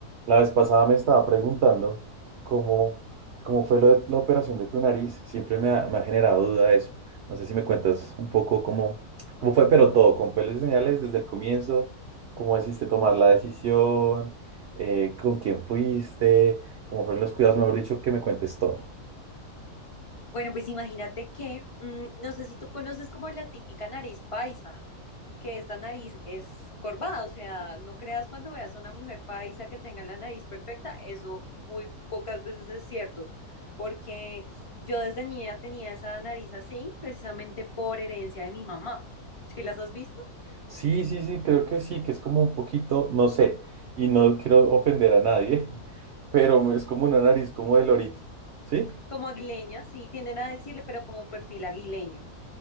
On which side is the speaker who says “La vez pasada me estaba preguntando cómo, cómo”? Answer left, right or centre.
Right